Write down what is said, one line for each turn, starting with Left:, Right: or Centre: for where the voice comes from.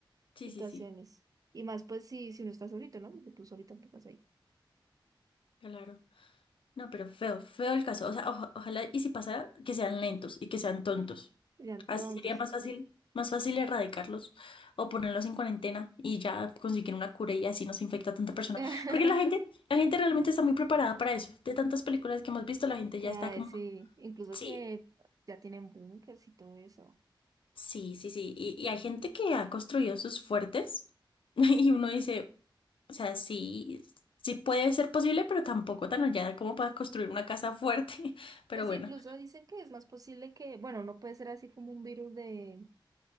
Left: Sí,
Right: situaciones.
Left: sí, sí,
Right: Y más pues si, si uno está solito, ¿no? Porque tú solita te vas ahí.
Left: claro. No, pero feo, feo el caso. O sea, oja- ojalá y si pasara, que sean lentos y que sean tontos.
Right: Serían
Left: Así
Right: tontos.
Left: sería más fácil, más fácil erradicarlos o ponerlos en cuarentena y ya conseguir una cura y así no se infecta a tanta persona.
Right: <laughs>
Left: Porque la gente, la gente realmente está muy preparada para eso. De tantas películas que hemos visto, la gente
Right: Que
Left: ya está
Right: hay,
Left: como,
Right: sí, incluso
Left: sí,
Right: que ya tienen bunkers y todo eso.
Left: sí, sí, sí. Y, y hay gente que ha construido sus fuertes <laughs> y uno dice, o sea, sí, sí puede ser posible, pero tampoco tan allá como para construir una casa fuerte. <laughs> Pero
Right: Pues
Left: bueno,
Right: incluso dicen que es más posible que, bueno, no puede ser así como un virus de,